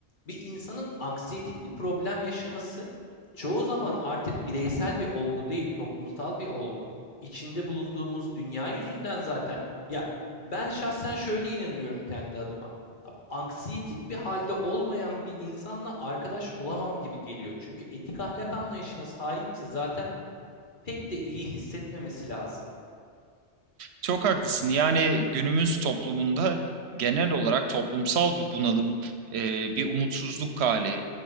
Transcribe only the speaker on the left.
bir insanın anksiyetik bir problem yaşaması çoğu zaman artık bireysel bir olgu değil, toplumsal bir olgu. İçinde bulunduğumuz dünya yüzünden zaten. Ya ben şahsen şöyle inanıyorum kendi adıma. Abi, anksiyetik bir halde olmayan bir insanla arkadaş olamam gibi geliyor. Çünkü etik ahlak anlayışına sahipse zaten Pek de iyi hissetmemesi lazım.